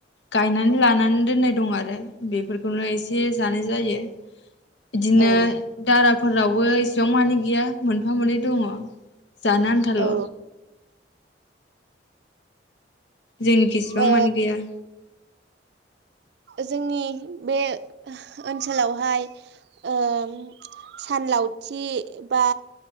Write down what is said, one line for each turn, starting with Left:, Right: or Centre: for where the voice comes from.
Left: गायनानै लानानै दोननाय दं आरो बेफोरखौनो एसे जानाय जायो इदिनो
Right: औ
Left: दाराफोरावबो इसेबां मानि गैया मोनफा मोननै दङ जानो आनथाल'
Right: औ
Left: जोंनिखि इसिबां
Right: ओ
Left: मानि गैया
Right: जोंनि बे ओनसोलावहाय ओम सानलावथि बा